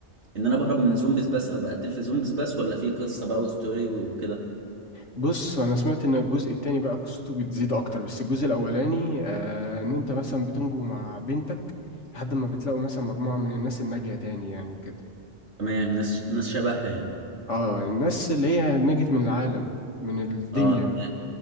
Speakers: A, on the right; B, on the left.
A: ان انا بهرب من زومبيز بس او بقتل في زومبيز بس ولا في قصة بقى وستوري وكده
B: بص أنا سمعت إن الجزء التاني بقى قصته بتزيد أكتر بس الجزء الأولاني أه إن أنت مثلا بتنجو مع بنتك لحد ما بتلاقوا مثلا مجموعة من الناس الناجية تاني يعني وكده
A: تمام ناس ناس شبهها يعني
B: اه الناس اللي هي نجت من العالم من الدنيا
A: اه تمام